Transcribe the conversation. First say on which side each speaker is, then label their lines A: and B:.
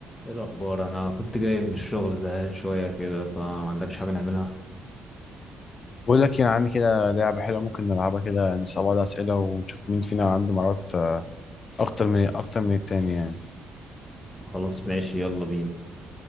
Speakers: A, on the left (about 25°); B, on the left (about 45°).
A: ايه الاخبار انا كنت جاي من الشغل زهقان شويه كده فما عندكش حاجه نعملها
B: بقول لك يعني عندي كده لعبة حلوة ممكن نلعبها كده نسأل بعض أسئلة ونشوف مين فينا عنده مهارات آه، أكتر من أكتر من التاني يعني
A: خلاص ماشي يلا بينا